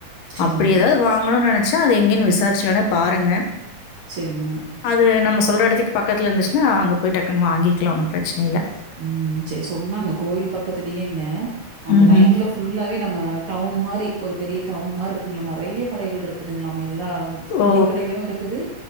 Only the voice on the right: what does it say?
சரிங்க,
செரிங்க
ம் சே சொன்னாங்க கோயி ல் பக்கத்துலயேங்க அந்த
லைன்லப் ஃபுல்லாவே நம்ம டவுன் மாரி ஒரு பெரிய டவுன் மார்ருக்குங்க நறையா கடைகள் ருக்துங்ளாமா இல்லா
துணிக்கடைகளு இருக்குது